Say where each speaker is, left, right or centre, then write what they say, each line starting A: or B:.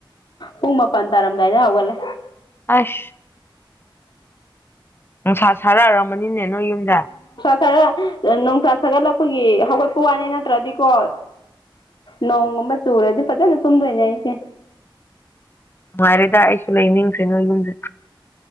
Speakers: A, on the left; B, on the left.
A: ꯄꯨꯡ ꯃꯥꯄꯜ ꯇꯥꯔꯝꯗꯥꯏꯗ ꯍꯧꯥꯎꯒꯜꯂꯦ
B: ꯑꯁ ꯅꯨꯡꯁꯥ ꯁꯥꯔꯛꯑꯔꯝꯕꯅꯤꯅꯦ ꯅꯣꯏ ꯌꯨꯝꯗ
A: ꯈꯔ ꯣꯡꯁꯥ ꯁꯥꯒꯠꯂꯛꯄꯒꯤ ꯍꯧꯒꯠꯄ ꯋꯥꯅꯤ ꯅꯠꯇ꯭ꯔꯗꯤꯀꯣ ꯅꯣꯡꯒꯨꯝꯕ ꯆꯨꯔꯗꯤ ꯐꯖꯅ ꯇꯨꯝꯗꯣꯏꯅꯦ ꯑꯩꯁꯦ
B: ꯃꯥꯔꯦꯗ ꯑꯩꯁꯨ ꯂꯩꯅꯤꯡꯡꯁꯦ ꯅ ꯌꯨꯝꯁ